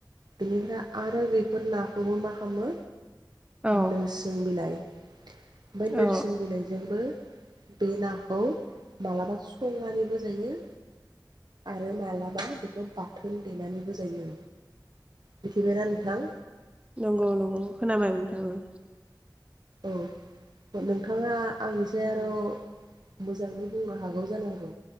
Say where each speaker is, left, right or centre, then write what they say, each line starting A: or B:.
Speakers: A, on the right; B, on the right.
A: बेनिफ्राय आरो बेफोर नाखौबो मा खामो।
B: औ
A: नोरसों बिलाइ ओमफाय नोरसोन
B: औ
A: बिलाइजोंबो बे नाखौ मालाबा संनानैबो जायो। आरो मालाबा बेखौ बाथोन देनानैबो जायो। मिथिबायना नोंथां?
B: नंगौ औ खोनाबाय नोथां औ।
A: औ। नोंथाङा आंनिसाय आर' मोजाङै बुंनो हागौ जानांगौ